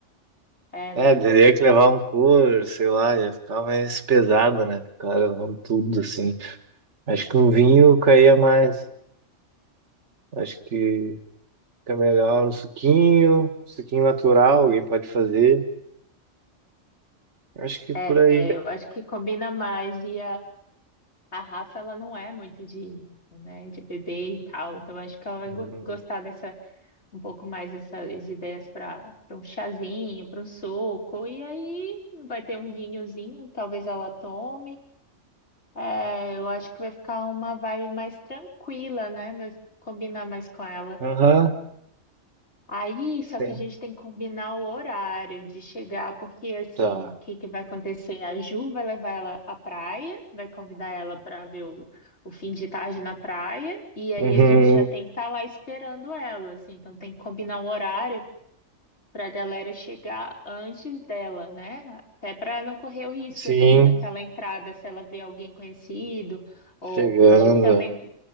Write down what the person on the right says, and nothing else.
É,
teria que levar um cooler sei lá, ia ficar mais pesado, né? Ficar levando tudo, assim. Acho que um vinho caía mais. Acho que fica melhor um suquinho, um suquinho natural, alguém pode fazer. Acho que por
aí.
Uhum.
Aham,
Tem.
Tá.
Uhum.
Sim,
chegando.